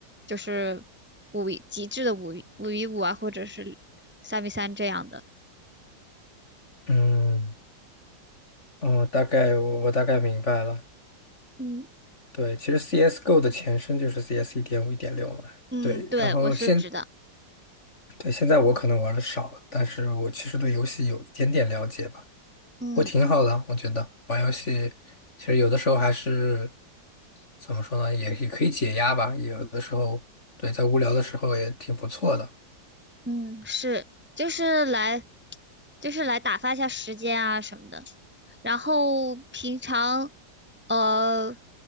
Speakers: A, in the centre; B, on the left (about 35°).
A: 就是五 v- 极致的五 v- 五 v 五啊，或者是三 v 三这样的。
B: 嗯嗯，大概我我大概明白了。
A: 嗯，
B: 对，其实 CS:GO 的前身就是 CS 一点五、一点六嘛。
A: 嗯，
B: 对，
A: 对，
B: 然后现
A: 我是知道。
B: 对现在我可能玩的少，了，但是我其实对游戏有一点点了解吧。
A: 嗯
B: 我挺好的，我觉得玩游戏其实有的时候还是怎么说呢，也也可以解压吧。有的时候，对，在无聊的时候也挺不错的。
A: 嗯，是，就是来，就是来打发一下时间啊什么的。然后平常，呃，